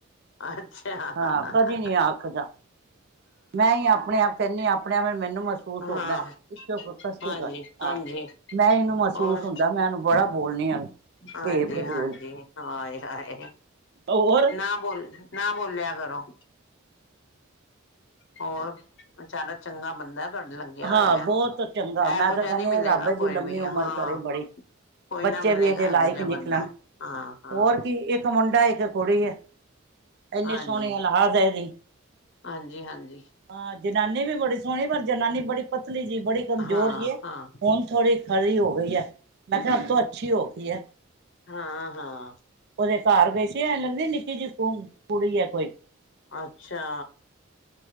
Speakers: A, on the left (about 60°); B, on the right (about 55°).
A: ਅੱਛਾ,
B: ਹਾਂ
A: ਹਹਹਹ
B: ਕਦੀ ਨੀ ਆਖਦਾ ਮੈਂ ਈ ਆਪਣੇ ਆਪ ਕਹਿੰਨੀ, ਆਪਣੇ ਆਪ ਮੈਨੂੰ ਮਹਿਸੂਸ
A: ਹਾਂ
B: ਹੁੰਦਾ, ਇਸ
A: ਹਾਂਜੀ
B: ਹਾਂ
A: ਹਾਂਜੀ
B: ਮੈਂ ਇਹਨੂੰ ਮਹਿਸੂਸ
A: ਹੋਰ
B: ਹੁੰਦਾ, ਮੈਂ ਇਹਨੂੰ ਬੜਾ ਬੋਲਣੀ ਆ
A: ਹਾਂਜੀ
B: ਬੇਫਜੂਲ,
A: ਹਾਂਜੀ ਹਾਏ ਹਾਏ
B: ਹੋਰ
A: ਨਾ ਬੋਲ ਨਾ ਬੋਲਿਆ ਕਰੋ। ਹੋਰ ਵਿਚਾਰਾ, ਚੰਗਾ ਬੰਦਾ ਤੁਹਾਡੇ ਲੱਗਿਆ
B: ਹਾਂ
A: ਹੋਇਆ
B: ਬਹੁਤ ਚੰਗਾ, ਮੈਂ
A: ਇਹੋ
B: ਤਾਂ
A: ਜਿਹਾ
B: ਕਹਿੰਦੀ
A: ਨਹੀਂ ਮਿਲੇਗਾ
B: ਆ ਰੱਬ ਏਦੀ
A: ਕੋਈ
B: ਲੰਮੀ
A: ਵੀ
B: ਉਮਰ
A: ਹਾਂ
B: ਕਰੇ ਬੜੀ
A: ਕੋਈ
B: ਬੱਚੇ
A: ਨਾ ਮਿਲੇਗਾ,
B: ਵੀ ਇਹਦੇ ਲਾਇਕ
A: ਇਹੋ ਜਿਹਾ
B: ਨਿਕਲਣ
A: ਬੰਦਾ, ਹਾਂ-ਹਾਂ।
B: ਹੋਰ ਕੀ ਇੱਕ ਮੁੰਡਾ ਇੱਕ ਕੁੜੀ ਹੈ, ਇੰਨੀ
A: ਹਾਂਜੀ
B: ਸੋਹਣੀ ਔਲਾਦ ਐ ਇਹਦੀ
A: ਹਾਂਜੀ ਹਾਂਜੀ
B: ਹਾਂ, ਜਨਾਨੀ ਵੀ ਬੜੀ ਸੋਹਣੀ, ਪਰ ਜਨਾਨੀ ਬੜੀ ਪ ਲੀ ਜੀ ਬੜੀ ਕਮਜ਼ੋਰ
A: ਹਾਂ
B: ਜੀ ਏ,
A: ਹਾਂ
B: ਹੁਣ ਥੋੜੀ ਖਰੀ ਹੋ ਗਈ ਹੈ। ਮੈਂ ਕਿਹਾ, ਅਭ ਤੋਂ ਅੱਛੀ ਹੋ ਗਈ ਹੈ।
A: ਹਾਂ -ਹਾਂ।
B: ਉਹਦੇ ਘਰ ਗਏ ਸੀ। ਤੇ ਐ ਲੱਗਦੇ ਨਿੱਕੇ ਜਿ <unintelligible> ਕੁੜੀ ਹੈ ਕੋਈ।
A: ਅੱਛਾ।